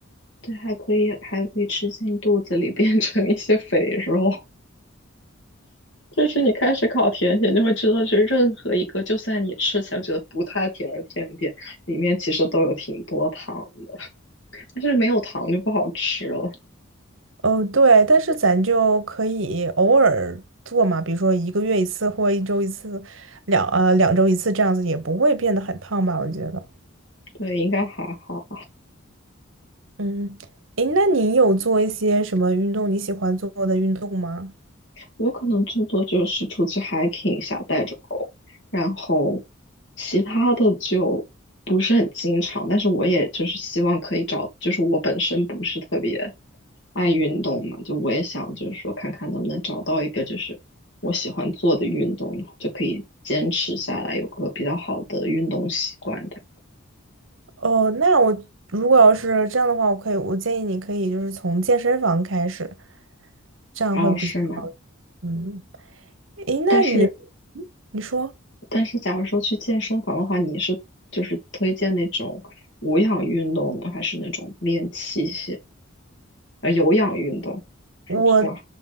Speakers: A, on the left (about 60°); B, on the right (about 70°).
A: 对，还可以，还可以吃进肚子里，变成一些肥肉。就是你开始烤甜点，就会知道，就是任何一个，就算你吃起来觉得不太甜的甜点，里面其实都有挺多糖的，但是没有糖就不好吃了。
B: 哦，对，但是咱就可以偶尔做嘛，比如说一个月一次或一周一次，两呃两周一次这样子，也不会变得很胖吧？我觉得。
A: 对，应该还好。
B: 嗯，诶，那你有做一些什么运动你喜欢做的运动吗？
A: 我可能最多就是出去 hiking 一下，带着狗，然后其他的就不是很经常。但是我也就是希望可以找，就是我本身不是特别爱运动嘛，就我也想就是说看看能不能找到一个就是我喜欢做的运动，然后就可以坚持下来，有个比较好的运动习惯的。
B: 哦，那我如果要是这样的话，我可以，我建议你可以就是从健身房开始，这样会比较好。
A: 样。哦，是吗？
B: 嗯，诶，那你
A: 但是。
B: 嗯你说。
A: 但是假如说去健身房的话，你是就是推荐那种无氧运动呢，还是那种练器械？啊？有氧运动，
B: 我。
A: 说错了。